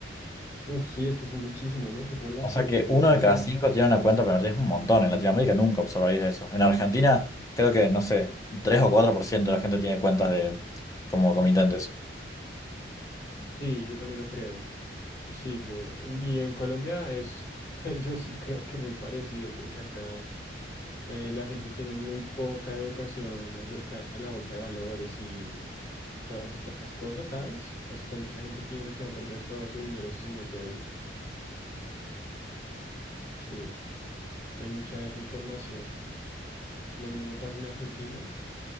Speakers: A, on the left (about 60°); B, on the left (about 20°).
A: uf, sí, es que son muchísimos, ¿no? Qué población
B: O sea que
A: tan
B: uno
A: grande.
B: de cada cinco tiene una cuenta pero es un montón. En Latinoamérica nunca observarías eso. En Argentina, creo que, no sé, 3 o 4% de la gente tiene cuentas de como comitentes.
A: Sí, yo también lo creo. Sí, pe- y en Colombia es, <laughs> yo sí creo que muy parecido, porque acá... eh, la gente tiene muy poca educación acerca de la bolsa de valores y todas estas cosas, ¿sabes? Hasta mucha gente piensa que va a perder todo su dinero si se mete ahí. <laughs> Sí, hay mucha desinformación. Lo mismo pasa en Argentina.